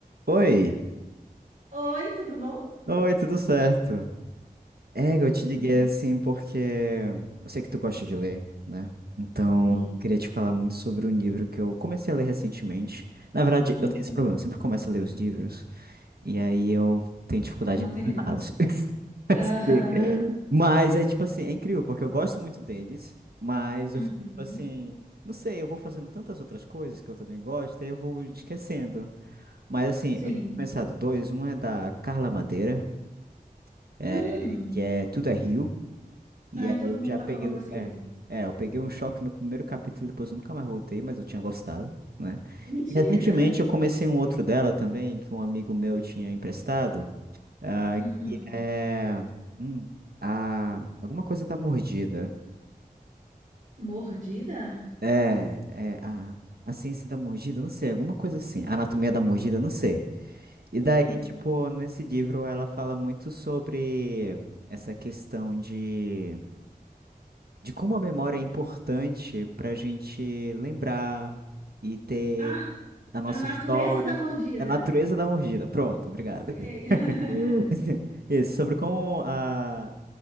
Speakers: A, on the right; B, on the right.
A: Oi,
B: Oi, tudo bom?
A: oi, tudo certo? É,
B: Hum,
A: eu te liguei assim porque eu sei que tu gosta de ler, né? Então,
B: sim.
A: eu queria te falar muito sobre um livro que eu comecei a ler recentemente. Na verdade,
B: Uhum.
A: eu tenho esse problema, eu sempre começo a ler os livros e aí eu tenho dificuldade
B: Não
A: em terminá-los.
B: termina.
A: <laughs>
B: Aham.
A: Sim. Mas é tipo assim, é incrível porque eu gosto muito deles, mas
B: Uhum.
A: eu fico tipo assim, não sei, eu vou fazendo tantas outras coisas que eu também gosto e aí eu vou esquecendo. Mas assim,
B: Sim.
A: eu tinha pensado dois, um é da Carla Madeira. é,
B: Hum.
A: que é Tudo é Rio. E
B: Ai,
A: aí
B: todo
A: eu
B: mundo
A: já
B: tá
A: peguei.
B: falando
A: o-
B: desse
A: É,
B: livro.
A: é, eu peguei um choque no primeiro capítulo, depois eu nunca mais voltei, mas eu tinha gostado, né?
B: Mentira.
A: E recentemente eu comecei um outro dela também, que um amigo meu tinha emprestado, ah,
B: Uhum.
A: que é. hum, a, alguma coisa da mordida.
B: Mordida?
A: É, é a, a ciência da mordida, não sei, alguma coisa assim. A anatomia da mordida, não sei. E
B: Hum.
A: daí, tipo, nesse livro ela fala muito sobre essa questão de de como a memória é importante para a gente lembrar e ter
B: Ah,
A: a nossa
B: a natureza
A: história.
B: da mordida.
A: A natureza da mordida. Pronto, obrigado.
B: Sei. <laughs>
A: <laughs> Hum. <laughs> Isso, sobre como a.